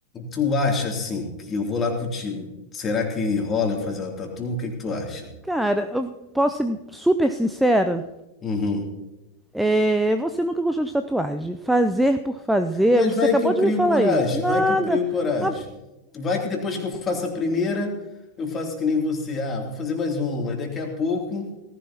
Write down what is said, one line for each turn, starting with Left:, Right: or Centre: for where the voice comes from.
Left: Tu acha assim que eu vou lá contigo? Será que rola eu fazer uma tatu? O que que tu acha?
Centre: Cara, eu posso ser super sincera.
Left: Uhum.
Centre: é, você nunca gostou de tatuagem. Fazer por fazer,
Left: Mas
Centre: você
Left: vai
Centre: acabou
Left: que eu
Centre: de
Left: crio
Centre: me falar
Left: coragem,
Centre: isso. Nada.
Left: vai que eu crio coragem.
Centre: Mas
Left: Vai que depois que eu faço a primeira, eu faço que nem você. Ah, vou fazer mais uma. E daqui a pouco